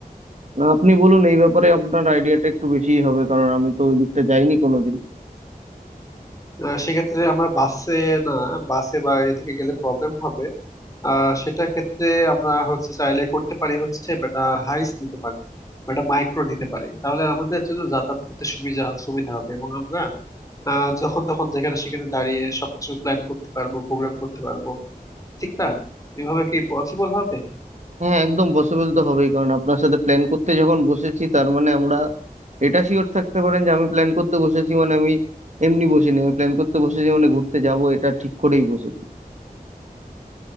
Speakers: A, on the right; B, on the left.
A: না আপনি বলুন এই ব্যাপারে আপনার আইডিয়াটা একটু বেশিই হবে কারণ আমি তো ওই দিকটা যাইনি কোনোদিন
B: আহ সেক্ষেত্রে আমরা বাসে না বাসে বা এদিকে গেলে প্রবলেম হবে আহ সেটা ক্ষেত্রে আমরা হচ্ছে চাইলে করতে পারি হচ্ছে বেটা হাইস নিতে পারি বা একটা মাইক্রো নিতে পারি তাহলে আমাদের জন্য যাতায়াত করতে সুবিধা সুবিধা হবে এবং আমরা আহ, যখন তখন যেখানে সেখানে দাঁড়িয়ে সবকিছু প্ল্যান করতে পারবো প্রোগ্রাম করতে পারবো ঠিক না এভাবে কি পসিবল হবে
A: হ্যাঁ একদম পসিবল তো হবেই কারণ আপনার সাথে প্ল্যান করতে যখন বসেছি তার মানে আমরা এটা শিওর থাকতে পারেন যে আমি প্ল্যান করতে বসেছি মানে আমি এমনি বসিনি আমি প্ল্যান করতে বসেছি মানে ঘুরতে যাব এটা ঠিক করেই বসেছি